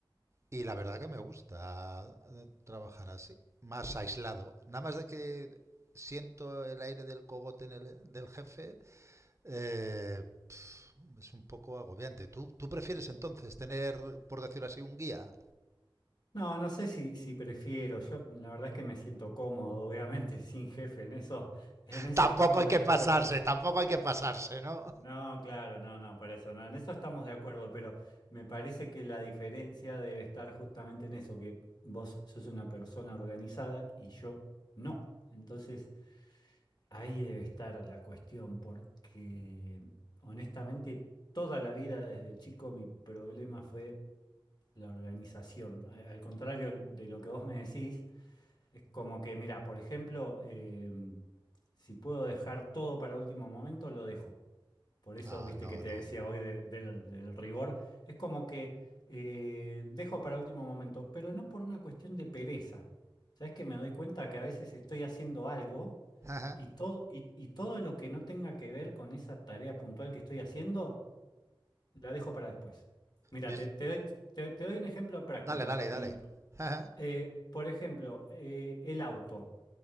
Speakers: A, on the right; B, on the left.
A: y la verdad que me gusta eh, trabajar así, más aislado. Nada más de que siento el aire del cogote en el- del jefe, eh, es un poco agobiante. ¿Tú, tú prefieres entonces tener, por decirlo así, un guía?
B: No, no sé si, si prefiero. Yo la verdad es que me siento cómodo, obviamente, <laughs> sin jefe. En eso, en eso
A: Tampoco
B: estamos
A: hay que
B: de acuerdo.
A: pasarse, tampoco hay que pasarse, ¿no?
B: No, claro, no, no, para eso, no, en eso estamos de acuerdo, pero me parece que la diferencia debe estar justamente en eso, que vos sos una persona organizada y yo no. Entonces, ahí debe estar la cuestión, porque honestamente toda la vida desde chico mi problema fue la organización. A- Al contrario de lo que vos me decís, es como que, mira, por ejemplo, em, si puedo dejar todo para último momento, lo dejo. Por eso,
A: Ah,
B: viste
A: no,
B: que te
A: no.
B: decía hoy de- del, del rigor, es como que eh, dejo para último momento, pero no por una cuestión de pereza. Sabes que me doy cuenta que a veces estoy haciendo algo
A: Ajá.
B: y todo, y, y todo lo que no tenga que ver con esa tarea puntual que estoy haciendo, la dejo para después. Mira,
A: Yo
B: te,
A: es-
B: te doy, te- te doy un ejemplo práctico,
A: Dale, dale,
B: rapidito.
A: dale. Ajá.
B: Eh, por ejemplo, eh, el auto.